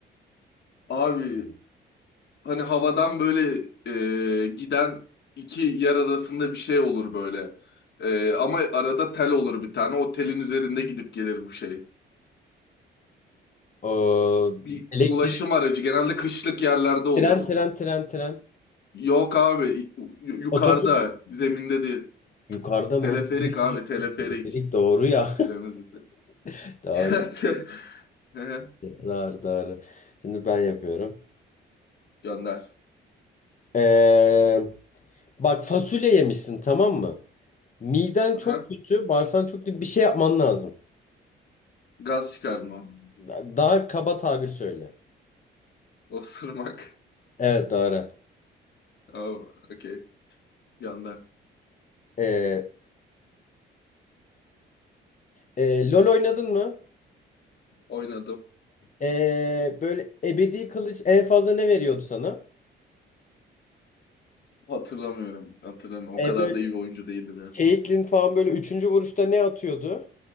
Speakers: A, on the left (about 60°); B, on the left (about 40°).
A: Abi hani havadan böyle e, giden iki yer arasında bir şey olur böyle. E, ama arada tel olur bir tane. O telin üzerinde gidip gelir bu şey.
B: O,
A: Bir
B: elektrik,
A: ulaşım aracı genelde kışlık yerlerde olur.
B: tren, tren, tren, tren.
A: Yok abi y- yukarıda
B: Otobüs.
A: zeminde değil.
B: Yukarıda
A: Teleferik
B: mı? Düz-
A: abi teleferik.
B: düz doğru ya.
A: Süremiz bitti.
B: <laughs> Doğru.
A: <laughs> Hı hı.
B: Doğru, doğru. Şimdi ben yapıyorum.
A: Gönder.
B: Ee, bak fasulye yemişsin tamam mı? Miden çok
A: Aha.
B: kötü, bağırsan çok kötü. Bir şey yapman lazım.
A: Gaz çıkarma.
B: Da- Daha kaba tabir söyle.
A: Osurmak.
B: Evet doğru.
A: Tamam. Okey. bir anda.
B: Ee, e, LOL oynadın mı?
A: Oynadım.
B: Ee, böyle ebedi kılıç en fazla ne veriyordu sana?
A: Hatırlamıyorum. Hatırlamıyorum.
B: Ee,
A: O kadar
B: böyle
A: da iyi bir oyuncu değildim ya.
B: Caitlyn falan böyle üçüncü vuruşta ne atıyordu?